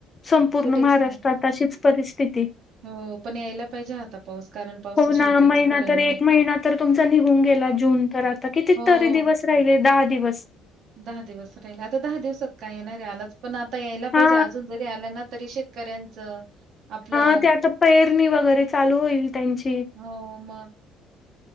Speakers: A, on the left; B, on the right.
A: संपूर्ण
B: कुठेच
A: महाराष्ट्रात
B: नाही
A: अशीच परिस्थिती
B: हो पण यायला पाहिजे. आता पाऊस कारण पावसाशिवाय
A: हो ना
B: काहीच
A: महिना
B: खरं
A: तर
B: नाही.
A: एक महिना तर तुमचा निघून गेला जून तर आता किती
B: हो.
A: तरी दिवस राहिले दहा. दिवस.
B: दहा दिवस राहिले आता दहा दिवसात. काय येणारे आला पण आता यायला
A: हा
B: पाहिजे अजून जरी आलं ना तरी शेतकऱ्यांचं आपलं.
A: हा ते आता पेरणी वगैरे चालू होईल त्यांची.
B: हो मग